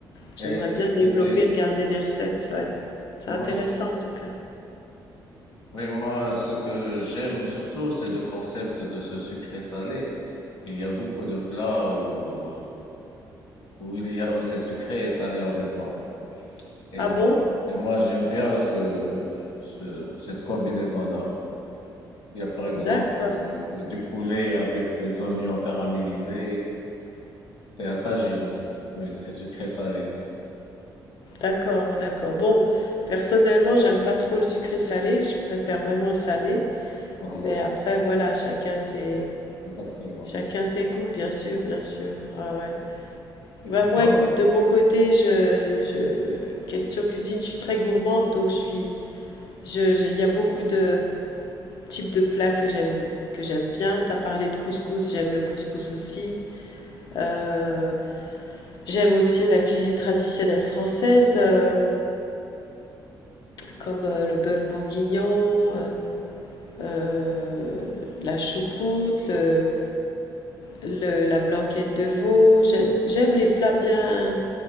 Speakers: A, on the left (about 60°); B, on the left (about 75°).
A: j'aimerais
B: Et,
A: bien développer,
B: et c'est,
A: regarder des recettes. Ouais, c'est
B: moi,
A: intéressant en tout cas.
B: oui, moi, ce que j'aime surtout, c'est le concept de ce sucré-salé. Il y a beaucoup de plats où, où il y a, où c'est sucré et salé en même temps. Et
A: Ah
B: moi,
A: bon?
B: et moi j'aime bien ce, ce- cette combinaison-là. Il y a par exemple
A: D'accord.
B: euh, il y a du poulet avec des oignons caramélisés. C'est un tagine, mais c'est sucré salé.
A: D'accord, d'accord. Bon, personnellement, j'aime pas trop le sucré salé, je préfère vraiment le salé.
B: <laughs>
A: Mais après, voilà, chacun ses,
B: Exactement.
A: chacun ses goûts, bien sûr, bien sûr. Ah ouais.
B: Et
A: Bah,
B: sinon,
A: moi, écoute, de mon côté, je, je, question cuisine, je suis très gourmande, donc je suis, je, j'ai- il y a beaucoup de types de plats que j'aime, que j'aime bien. T'as parlé de couscous, j'aime le couscous aussi. Euh, j'aime aussi la cuisine traditionnelle française, euh, comme euh, le bœuf bourguignon. euh, euh, la choucroute, le, le- la blanquette de veau. J'aime les plats bien,